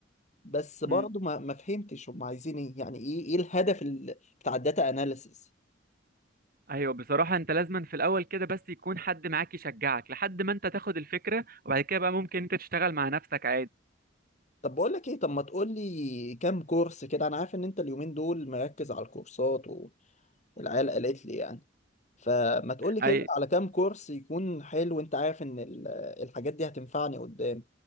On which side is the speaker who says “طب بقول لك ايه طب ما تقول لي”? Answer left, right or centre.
Left